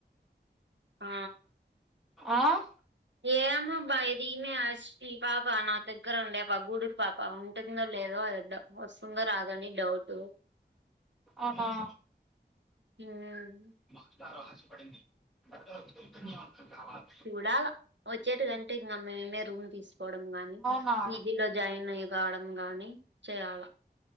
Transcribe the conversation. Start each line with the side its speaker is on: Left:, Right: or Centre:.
Right: ఆ
Centre: ఆ
Right: ఏమో అబ్బా ఇది ఇమె అస్ ఈ పాప నా దగ్గర ఉండే పాప గూడూరు పాప ఉంటుందో లేదో తెల్దు వస్తుందో రాదో అని డౌట్
Centre: అవునా
Right: అవును
Centre: <inaudible>
Right: చూడాల వచ్చేటి కంటే ఇంకా మేమే రూమ్ తీసుకోవడం గానీ
Centre: అవునా
Right: పీజీలో జాయిన్ అయ్యే రావడం గాని చేయాల